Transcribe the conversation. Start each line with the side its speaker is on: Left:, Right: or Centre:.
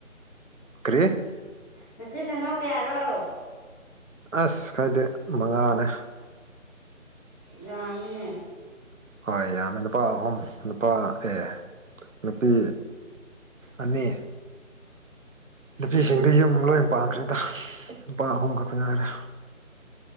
Right: ꯀꯔꯤꯦ
Centre: ꯅꯆꯤꯟ ꯅꯅꯥꯎ ꯀꯌꯥꯔꯣ
Right: ꯑꯁ ꯈꯔꯗꯤ ꯃꯉꯥꯅꯦ
Centre: ꯌꯥꯃꯤꯅꯦ
Right: ꯍꯣꯏ ꯌꯥꯝꯃꯦ ꯂꯨꯄꯥ ꯑꯍꯨꯝ ꯂꯨꯄꯥ ꯑꯦ ꯅꯨꯄꯤ ꯑꯅꯤ ꯅꯨꯄꯤꯁꯤꯡꯗꯤ ꯌꯨꯝ ꯂꯣꯏ ꯄꯥꯡꯈ꯭ꯔꯦꯗ ꯂꯨꯄꯥ ꯑꯍꯨꯝ ꯈꯛꯇ ꯉꯥꯏꯈꯔꯦ